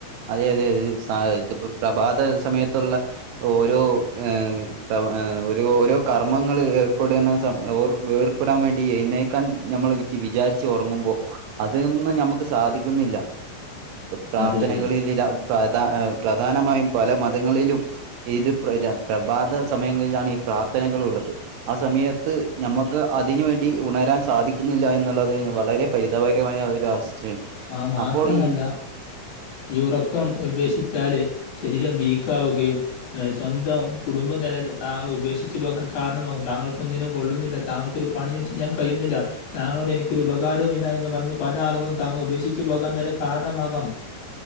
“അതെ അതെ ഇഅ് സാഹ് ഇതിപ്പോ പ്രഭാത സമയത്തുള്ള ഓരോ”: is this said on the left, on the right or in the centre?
Right